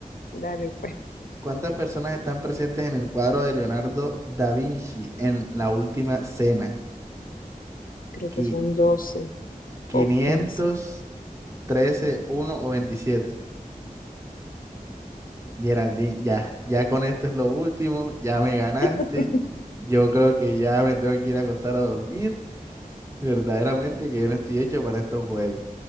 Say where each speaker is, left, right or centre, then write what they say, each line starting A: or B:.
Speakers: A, on the left; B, on the right.
A: Dale, pues.
B: ¿Cuántas personas están presentes en el cuadro de Leonardo da Vinci en La Última Cena?
A: Creo
B: Qui-
A: que son 12,
B: quinientos
A: o 13.
B: trece uno o 27. Geraldine, ya, ya con esto es lo último, ya me ganaste.
A: <laughs>
B: Yo creo que ya me tengo que ir a acostar a dormir. Verdaderamente que yo no estoy hecho para estos juegos.